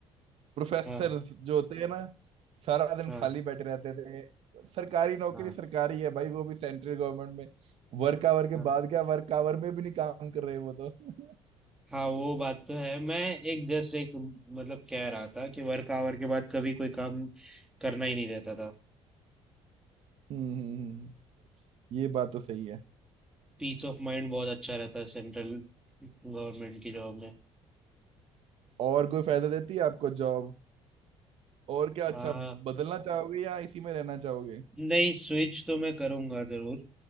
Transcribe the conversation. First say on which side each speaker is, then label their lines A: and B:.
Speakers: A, on the right; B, in the centre.
A: प्रोफेसर
B: हाँ
A: जो होते हैं ना सारा दिन
B: हाँ
A: खाली बैठे रहते थे सरकारी नौकरी
B: हाँ
A: सरकारी है भाई वो भी सेंट्रल गवर्नमेंट में वर्क आवर के
B: हाँ
A: बाद क्या वर्क आवर में भी नहीं काम कर रहे वो तो हम्म
B: हाँ वो बात तो है मैं एक जस्ट एक मतलब कह रहा था कि वर्क आवर के बाद कभी कोई काम करना ही नहीं रहता था
A: हम्म, हम्म। ये बात तो सही है
B: पीस ऑफ माइंड बहुत अच्छा रहता है सेंट्रल गवर्नमेंट की जॉब में
A: और कोई फायदा देती है आपको जॉब और क्या अच्छा
B: आ,
A: बदलना चाहोगे या इसी में रहना चाहोगे
B: नहीं स्विच तो मैं करूंगा जरूर